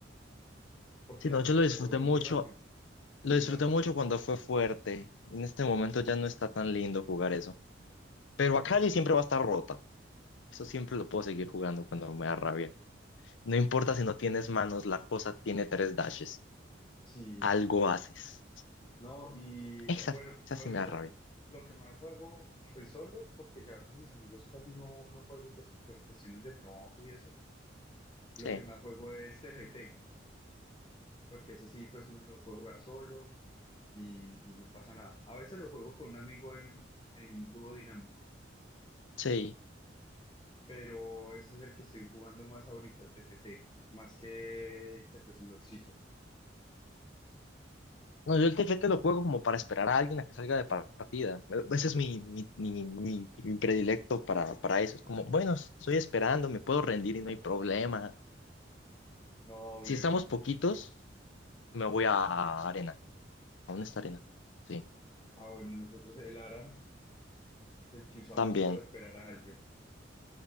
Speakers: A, on the left (about 25°); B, on the left (about 75°).
A: porque
B: Sí, no,
A: hace
B: yo
A: que
B: lo disfruté
A: se vuele
B: mucho.
A: muy rápido,
B: Lo
A: muy
B: disfruté
A: fácil.
B: mucho cuando fue fuerte. En este momento ya no está tan lindo jugar eso. Pero Akali siempre va a estar rota. Eso siempre lo puedo seguir jugando cuando me da rabia. No importa si no tienes manos, la cosa tiene tres dashes.
A: Sí,
B: Algo haces.
A: no, y
B: Esa,
A: eh, bueno,
B: esa
A: ahorita
B: sí me da rabia.
A: lo que más juego fue solo, porque ya con mis amigos casi no, no juego, pues por cuestiones de trabajo y eso. Lo
B: Sí.
A: que más juego es TFT. porque ese sí, pues uno lo puede jugar solo y, y no pasa nada. A veces lo juego con un amigo en, en dúo dinámico,
B: Sí.
A: pero ese es el que estoy jugando más ahorita, TFT, más que, que pues LOLcito.
B: No, yo el T F T lo juego como para esperar a alguien a que salga de partida. E, Ese es mi, mi, mi, mi- mi predilecto para, para eso. Es como, bueno, estoy esperando, me puedo rendir y no hay problema.
A: No, mira
B: Si estamos
A: que,
B: poquitos, me voy a arena. Aún está arena. Sí,
A: ah, bueno, nosotros el ARAM es el que usamos
B: también.
A: para esperar a alguien.